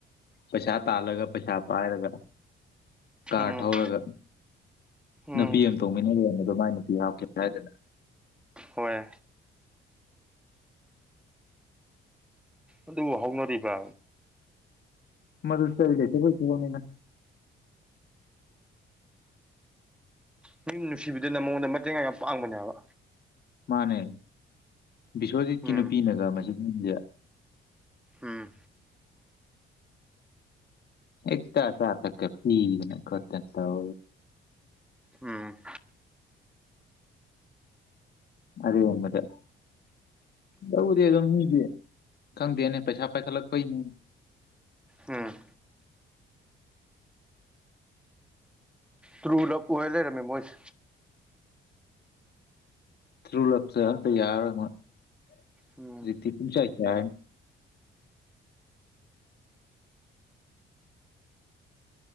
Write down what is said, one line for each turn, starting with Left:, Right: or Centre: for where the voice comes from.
Left: ꯄꯩꯁꯥ ꯇꯥꯜꯂꯒ ꯄꯩꯁꯥ ꯄꯥꯏꯔꯒ ꯀꯥꯔ
Centre: ꯎꯝ
Left: ꯊꯧꯔꯒ
Centre: ꯎꯝ
Left: ꯅꯨꯄꯤ ꯑꯃ ꯇꯣꯡꯃꯤꯟꯅꯔꯦ ꯃꯗꯣ ꯃꯥꯏ ꯅꯨꯄꯤ ꯍꯥꯞꯀꯦ ꯍꯥꯏꯗꯅ
Centre: ꯍꯣꯏ ꯑꯗꯨꯕꯨ ꯍꯧꯅꯔꯤꯕ꯭ꯔ
Left: ꯃꯗꯨ ꯆꯔꯤꯒꯩꯁꯤꯦꯩ ꯁꯅ
Centre: ꯃꯤꯪ ꯅꯨꯡꯁꯤꯕꯤꯗꯅ ꯃꯉꯣꯟꯗ ꯃꯇꯦꯡ ꯌꯥꯝ ꯌꯥꯝ ꯄꯥꯡꯕꯅꯦꯕ
Left: ꯃꯥꯅꯦ ꯕꯤꯁꯣꯖꯤꯠꯀꯤ
Centre: ꯎꯝ
Left: ꯅꯨꯄꯤꯅꯒ ꯃꯁꯤꯁꯦ
Centre: ꯎꯝ
Left: ꯑꯦ ꯇꯥꯁꯊꯀꯦ ꯐꯅꯠꯇꯠꯇ ꯍ
Centre: ꯎꯝ
Left: ꯑꯗꯣ ꯃꯔ ꯂꯧꯗꯦ ꯑꯗꯨꯝ ꯃꯤꯗꯤ ꯈꯪꯗꯦꯅꯦ ꯄꯩꯁꯥ ꯄꯥꯏꯈꯠꯂꯛꯄꯩꯅꯦ
Centre: ꯎꯝ ꯇ꯭ꯔꯨ ꯂꯞ ꯑꯣꯏꯔ ꯂꯩꯔꯝꯃꯦ ꯃꯣꯏꯁꯦ
Left: ꯊ꯭ꯔꯨꯂꯞ ꯆ ꯅꯇ ꯌꯥ ꯔꯔꯤꯗꯤ
Centre: ꯎꯝ
Left: ꯄꯁ ꯀ